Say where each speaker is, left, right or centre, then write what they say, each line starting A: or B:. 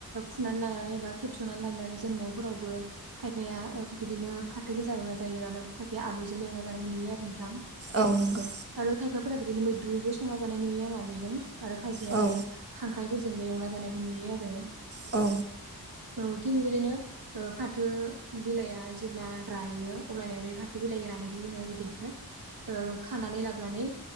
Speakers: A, on the right (about 70°); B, on the right (about 40°).
A: फुनानै लानानै बा खेबस'नानै लाबोनानै जों न'फोरावबो खायफाया बिदिनो फाथो गोजा एवना जायो आरो खायफाया आलुजोंबो एवना जानायखौ नुयो आरो नोंथां।
B: औ नोंगौ।
A: आरो खायफाफोरा बिदिनो मैद्रुबो संना जानाय नुयो आं आलुजों आरो खायफाया
B: औ
A: बे खांख्राइफोरजोंबो एवना जानायखौ नुयो आरो।
B: औ।
A: ओ थिग बेबायदिनो ओ फाथो बिलाइया जेब्ला रायो अब्लानिया बे फाथो बिलाइ रानायखौ जोङो बिदिनो ओ खानानै लाबोनानै